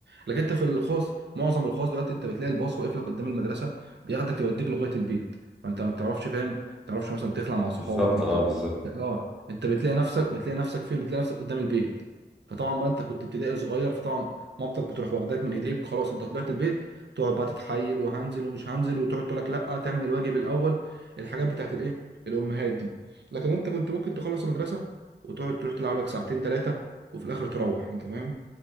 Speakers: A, on the right; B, in the centre.
A: لكن انت في الخاص معظم الخاص دلوقتي انت بتلاقي الباص واقف لك قدام المدرسه بياخدك يوديك لغايه البيت فانت ما بتعرفش فاهم ما بتعرفش مثلا تخلع مع صحابك
B: بالظبط
A: ما
B: اه
A: بتاع
B: بالظبط
A: اه انت بتلاقي نفسك بتلاقي نفسك فين بتلاقي نفسك قدام البيت فطبعا بقى انت كنت ابتدائي صغير فطبعا مامتك بتروح واخداك من ايديك خلاص انت طلعت البيت تقعد بقى تتحايل وهنزل ومش هنزل وتقعد تقول لك لا تعمل الواجب الاول الحاجات بتاعت الايه الامهات دي لكن انت كنت ممكن تخلص المدرسه وتقعد تروح تلعب لك ساعتين ثلاثة وفي الآخر تروح أنت فاهم